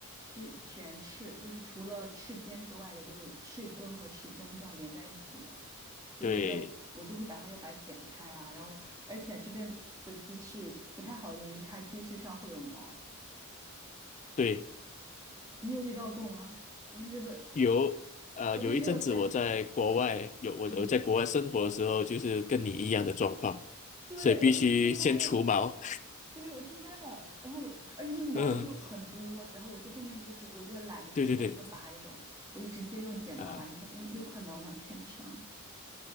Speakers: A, on the right; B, on the left.
A: 是全翅，就是除了翅尖之外的，就是翅根和翅中这样连在一起的。所以我就我就会把它又把它剪开啊，
B: 对
A: 然后而且这边的鸡翅不太好一点，就是它鸡翅上会有毛，
B: 对，
A: 你有遇到过吗？我觉得
B: 有呃有一阵子我在国外有我我在国外生活的时候，
A: 我觉得这种带，嗯，
B: 就是跟你一样的状况，
A: 对我都惊呆了，
B: 所以必须先除毛，
A: 对我惊呆了，然后我而且那个毛衣就很多，
B: <laughs> 嗯，
A: 然后我就后面就是我觉得懒得就一根一根拔这种，
B: 对对对
A: 我就直接用剪刀把那些那那块毛囊
B: 啊，
A: <laughs> 全剪了。